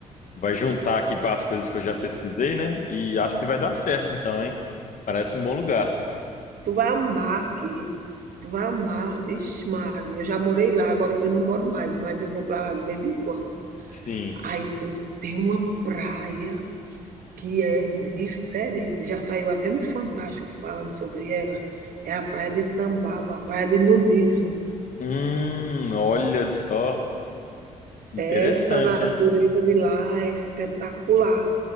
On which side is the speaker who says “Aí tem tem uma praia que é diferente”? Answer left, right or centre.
Right